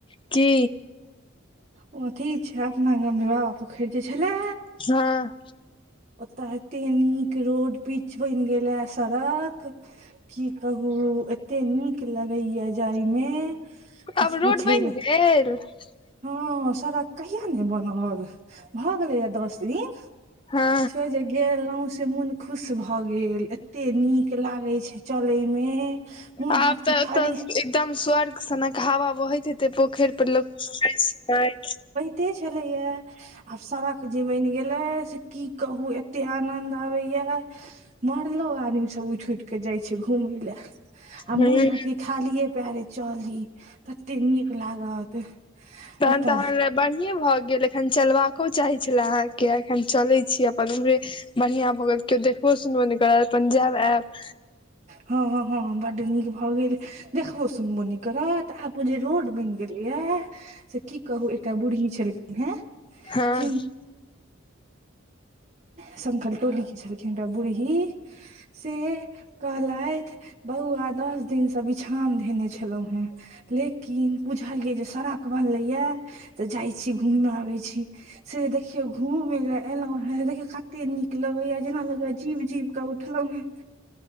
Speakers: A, on the left (about 25°); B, on the right (about 35°).
A: की
B: ओ अथी छै अपना गाम मे बाबा पोखरि जे छले
A: हँ
B: ओता एते नीक रोड पीच बइन गेले सड़क की कहु एते नीक लगैया जाय मे किछ
A: आब रोड
B: पुछै लै
A: <unintelligible>
B: हँ सड़क कहिया नइ बनल भऽ गेलै यऽ दस दिन
A: हँ
B: से जे गेलौ से मोन खुश भ भ गेल एते नीक लागै छै चलै मे मोन
A: आब
B: हयत कि
A: तऽ एतऽ
B: खाली
A: एकदम स्वर्ग सनक हवा बहैत हेतै पोखरि पर लोक नहाइ सोनाइ
B: ते छलै य आब सड़क जे बैन गेलै से की कहु एते आनंद आबै य मरलो आदमी सब उठि उठि क जाइ छै घुमै ल आ
A: हूँ
B: मोन हैत कि खालिए पैरे चली तते नीक लागत
A: तहन
B: एकटा
A: तहन बढ़िए भऽ गेल एखन चलबाक चाहै छला अहाँके एखन चलै छी अपन उम्हरे बढ़िआ भऽ गेल केओ देखबो सुनबो नइ करत अपन जायब आयब
B: हँ हँ हँ बड्ड नीक भऽ गेल देखबो सुनबो नइ करत आब उ जे रोड बनि गेलै ये से की कहू एकटा बूढ़ी छलखिन हे
A: हँ
B: चिन शंकर टोली के छलखिन एक टा बूरही से कहलैथ बौआ दस दिन बिछौन धेने छलहुॅं हे लेकिन बुझलियै जे सड़क बनलैय ये तऽ जाइ छी घूम आबै छी से जे देखियौ घूम ले एलहु ह से देखिय कते नीक लगै यऽ जेना लगै जीव जीव कऽ उठलहु ह